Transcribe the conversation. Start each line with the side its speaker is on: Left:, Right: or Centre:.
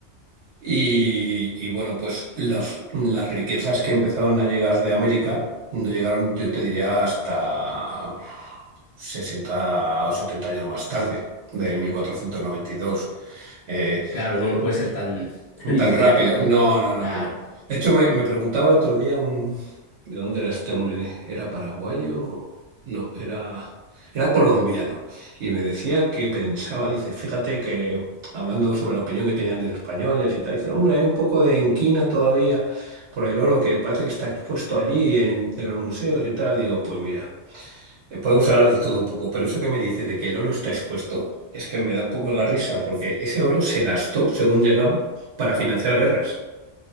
Right: Y, y bueno, pues las, las riquezas que empezaron a llegar de América no llegaron, yo te diría, hasta 60 o 70 años más tarde, del 1492 eh,
Left: Claro, no, no puede ser tan, <laughs> tan
Right: tan
Left: inmediato,
Right: rápido.
Left: ¿no?
Right: No, no, no,
Left: Claro.
Right: no, no. De hecho, me, me preguntaba el otro día un, ¿de dónde era este hombre? ¿Era paraguayo? No, era, era colombiano. Y me decía que pensaba, dice, fíjate que hablando sobre la opinión que tenían de los españoles y tal, dice, hombre, hay un poco de enquina todavía por el oro que parece que está expuesto allí en, en los museos y tal. Digo, pues mira. Eh, Podemos hablar de todo un poco, pero eso que me dice de que el oro está expuesto es que me da un poco la risa, porque ese oro se gastó según llegaba para financiar guerras.